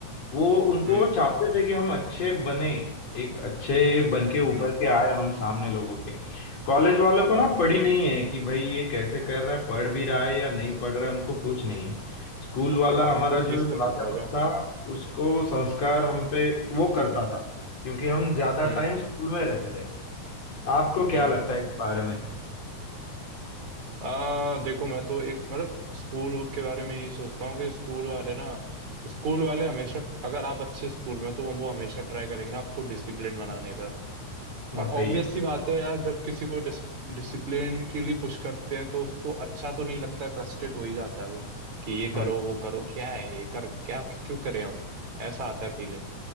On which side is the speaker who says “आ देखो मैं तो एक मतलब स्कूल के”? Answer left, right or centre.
Right